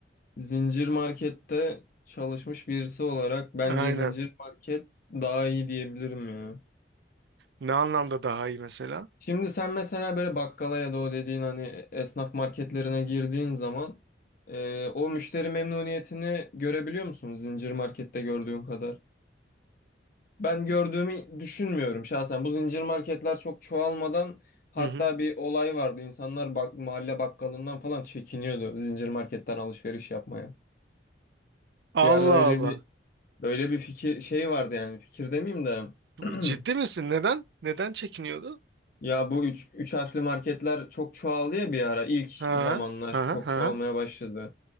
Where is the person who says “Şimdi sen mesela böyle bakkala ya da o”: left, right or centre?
Left